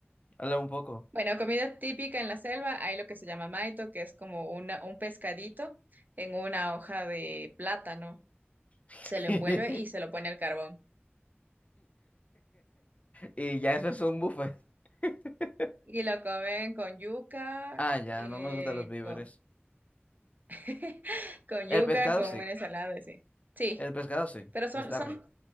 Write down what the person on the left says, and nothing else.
Habla un poco.
<laughs>
Y ya eso es un buffet. <laughs>
Ah, ya,
no me gustan los víveres.
El
pescado
sí,
el pescado sí,
está
rico.